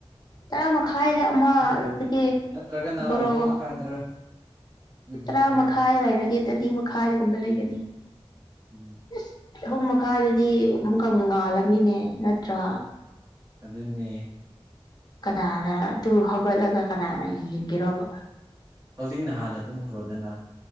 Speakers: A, on the left (about 40°); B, on the right (about 25°).
A: ꯇꯔꯥ ꯃꯈꯥꯏꯗ ꯑꯃ
B: ꯑꯍꯨꯛ
A: ꯑꯗꯨꯗꯒꯤ
B: ꯅꯠꯇ꯭ꯔꯒꯅ
A: ꯕꯣꯔꯣ
B: ꯑꯍꯨꯝ ꯃꯈꯥꯏꯗꯔ ꯎꯝ ꯎꯝ
A: ꯇꯔꯥ
B: ꯕꯥꯔꯣꯗꯔ
A: ꯃꯈꯥꯏꯗ ꯂꯩꯔꯗꯤ ꯇꯅꯤ ꯃꯈꯥꯏꯗꯒꯨꯝꯕ ꯂꯩꯒꯅꯤ
B: ꯎꯝ
A: ꯏꯁ ꯑꯍꯨꯝ ꯃꯈꯥꯏꯗꯗꯤ ꯑꯃꯨꯛꯀ ꯑꯃꯨꯛ ꯉꯥꯜꯂꯅꯤꯅꯦ ꯅꯠꯇ꯭ꯔꯥ
B: ꯑꯗꯨꯅꯦ
A: ꯀꯅꯥꯅ ꯑꯗꯨ ꯍꯧꯒꯠꯂꯒ ꯀꯅꯥꯅ ꯌꯦꯡꯒꯦꯔꯣꯕ
B: ꯍꯧꯖꯤꯛꯅ ꯍꯥꯟꯅ ꯇꯨꯝꯈ꯭ꯔꯣꯗꯅ